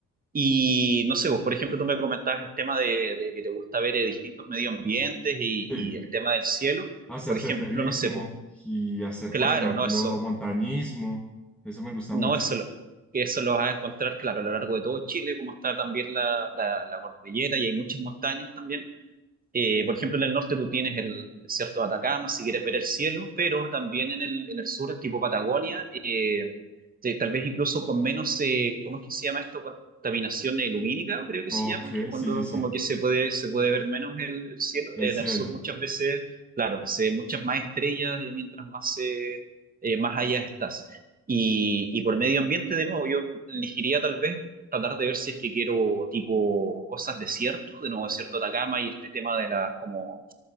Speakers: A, on the right; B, in the centre.
A: Y no sé, vos, por ejemplo, tú me comentabas el tema de, de que te gusta ver eh, distintos medio ambientes y,
B: Sí,
A: y el tema del cielo.
B: hacer
A: Por
B: senderismo
A: ejemplo, no sé, pues,
B: y hacer,
A: Claro,
B: por ejemplo,
A: no, eso,
B: montañismo. Eso me gusta
A: no,
B: mucho.
A: eso, lo- eso lo vas a encontrar, claro, a lo largo de todo Chile, como está también la, la, la cordillera y hay muchas montañas también. Eh, por ejemplo, en el norte tú tienes el, el desierto de Atacama, si quieres ver el cielo, pero también en el, en el sur, el tipo Patagonia, eh, te- tal vez incluso con menos, eh, ¿cómo es que se llama esto? Contaminación eh, lumínica, creo que
B: Ok,
A: se llama, que cuando
B: sí, sí, sí.
A: como que se puede, se puede ver menos el, el cielo.
B: El
A: En
B: cielo.
A: el sur muchas veces, claro, se ven muchas más estrellas y mientras más, eh, eh, más allá estás. Y, y por medio ambiente, de nuevo, yo elegiría tal vez tratar de ver si es que quiero tipo cosas desierto, de nuevo desierto de Atacama y este tema de las como